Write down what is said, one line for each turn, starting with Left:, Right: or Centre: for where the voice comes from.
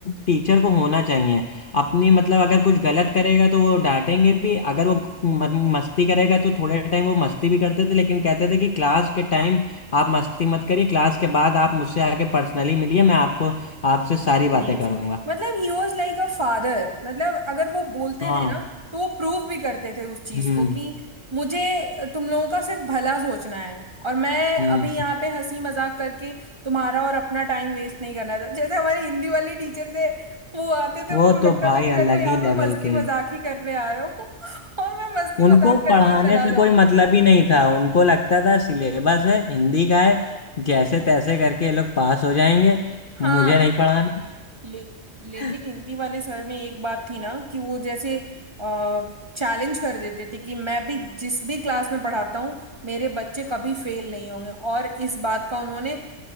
Left: टीचर को होना चाहिए अपनी मतलब अगर कुछ गलत करेगा तो वो डांटेंगे भी अगर वो म- मस्ती करेगा तो थोड़े टाइम वो मस्ती भी करते थे लेकिन कहते थे कि क्लास के टाइम आप मस्ती मत करिए क्लास के बाद आप मुझसे आके पर्सनली मिलिए मैं आपको आपसे सारी बातें
Right: यस
Left: करूंगा
Right: मतलब he was like a father मतलब अगर वो बोलते
Left: हाँ
Right: थे ना तो वो प्रूव भी करते थे उस चीज
Left: हम्म
Right: को कि मुझे तुम लोगों का सिर्फ भला सोचना है और मैं
Left: हम्म
Right: अभी यहाँ पे हंसी मजाक करके तुम्हारा और अपना टाइम वेस्ट नहीं करना था जैसे हमारे हिंदी वाले टीचर थे वो आते थे
Left: वो
Right: उनको
Left: तो
Right: लगता
Left: भाई
Right: था कि मैं
Left: अलग
Right: तो यहाँ
Left: ही
Right: पे
Left: लेवल
Right: मस्ती
Left: के
Right: मजाक ही करने आ रहा हूँ <laughs> और मैं मस्ती
Left: उनको
Right: मजाक करके
Left: पढ़ाने
Right: ही चला
Left: से
Right: जाऊंगा
Left: कोई मतलब ही नहीं था उनको लगता था सिलेबस है हिंदी का है जैसे तैसे करके ये लोग पास हो जाएंगे
Right: हाँ
Left: मुझे नहीं पढ़ाना
Right: ले, लेकिन
Left: <laughs>
Right: हिंदी वाले सर में एक बात थी ना कि वो जैसे आ, चैलेंज कर देते थे कि मैं भी जिस भी क्लास में पढ़ाता हूँ मेरे बच्चे कभी फेल नहीं होंगे और इस बात का उन्होंने